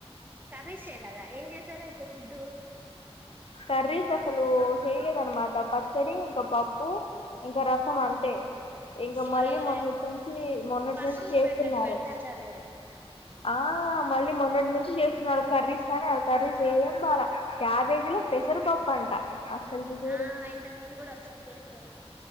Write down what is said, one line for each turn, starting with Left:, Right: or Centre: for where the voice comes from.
Right: కర్రీస్ చెయాలేదా ఏం చేసారు అయితే ఫుడ్
Left: కర్రీస్ అసలు చేయలేదన్నమాట పచ్చడి ఇంకా పప్పు ఇంకా రసం అంతే ఇంకా
Right: ఓరే
Left: మళ్ళీ
Right: ఓరే
Left: మొన్నటి నుంచి మొన్నటి
Right: పనోళ్ళకి
Left: నుంచి చేస్తున్నారు
Right: పెట్టినట్టు పెట్టినారు కదే
Left: ఆ మళ్ళీ మొన్నటి నుంచి చె కర్రీస్ కానీ అ కర్రీస్ ఏం బాలే క్యాబేజీ లో పెసరిపప్పు అంట అసలుకి చూడు
Right: ఆ ఇంతకు ముందు కూడా ఒకసారి చేసారు